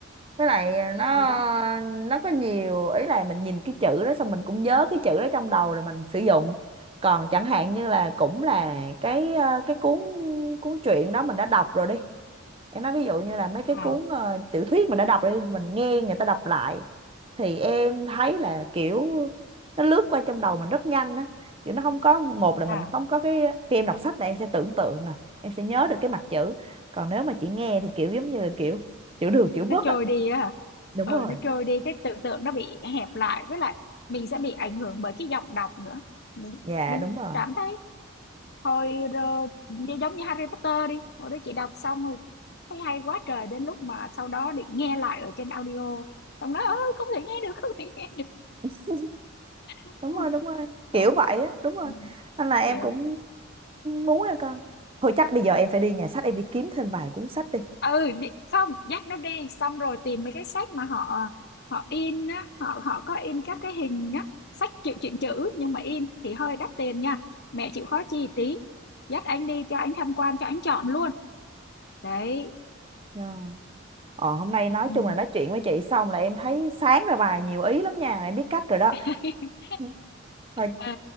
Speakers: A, on the right; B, on the left.
A: với lại nó
B: hồi đó
A: nó có nhiều ý là mình nhìn cái chữ đó xong mình cũng nhớ cái chữ đó trong đầu rồi mình sử dụng còn chẳng hạn như là cũng là cái ờ, cái cuốn cuốn truyện đó mình đã đọc rồi đi em nói ví dụ như là mấy cái
B: à
A: cuốn ờ, tiểu thuyết mình đã đọc đi mình nghe người ta đọc lại thì em thấy là kiểu nó lướt qua trong đầu mình rất nhanh á kiểu nó không có một là mình
B: à
A: không có cái khi em đọc sách là em sẽ tưởng tượng nè em sẽ nhớ được cái mặt chữ còn nếu mà chị nghe thì kiểu giống như là kiểu chữ được chữ mất
B: nó trôi
A: á
B: đi á hả
A: đúng
B: ừ
A: rồi
B: nó trôi đi cái tưởng tượng nó bị hẹp lại với lại mình sẽ bị ảnh hưởng bởi cái giọng đọc nữa mình
A: dạ
B: mình
A: đúng rồi
B: cảm thấy hồi rồi như- giống như Harry Potter đi hồi đó chị đọc xong rồi thấy hay quá trời đến lúc mà sau đó định nghe lại ở trên audio xong đó ơi không thể nghe được không thể nghe được
A: <laughs>
B: <laughs>
A: đúng rồi đúng rồi kiểu
B: À,
A: vậy á đúng rồi
B: Ừ,
A: nên là em
B: kiểu
A: cũng muốn em con thôi chắc bây giờ em phải đi nhà sách em đi kiếm thêm vài cuốn sách đi
B: ừ đi, không dắt nó đi xong rồi tìm mấy cái sách mà họ họ in á họ họ có in các cái hình á sách chữ truyện chữ nhưng mà in thì hơi đắt tiền nha mẹ chịu khó chi tí dắt anh đi cho anh tham quan cho anh chọn luôn đấy
A: Ừ. Ờ, hôm nay nói
B: ừ.
A: chung là nói chuyện với chị xong là em thấy sáng ra vài nhiều ý lắm nha, em biết cách rồi
B: <laughs>
A: đó. Ừ, Thôi,
B: ờ